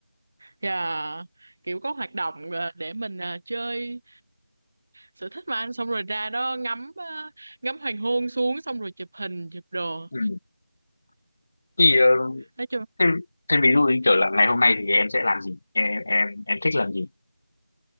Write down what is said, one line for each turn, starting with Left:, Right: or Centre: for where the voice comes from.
Right: yeah, kiểu có hoạt động ờ, để mình ờ, chơi sở thích mà anh xong rồi ra đó ngắm ờ, ngắm hoàng hôn xuống xong rồi chụp hình chụp đồ
Left: ừ. thì ờ,
Right: nói chung
Left: thế, thế ví dụ như kiểu là ngày hôm nay thì em sẽ làm gì em em em thích làm gì